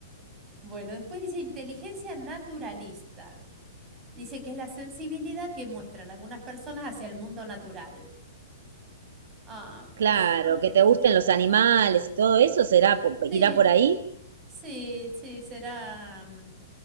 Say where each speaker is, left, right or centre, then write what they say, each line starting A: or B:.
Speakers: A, on the right; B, on the right.
A: Bueno, después dice inteligencia naturalista. Dice que es la sensibilidad que muestran algunas personas hacia el mundo natural. Ah,
B: Claro,
A: eso
B: que te gusten los animales y todo eso, será, po-
A: Sí,
B: irá por ahí.
A: sí, sí, será. mm,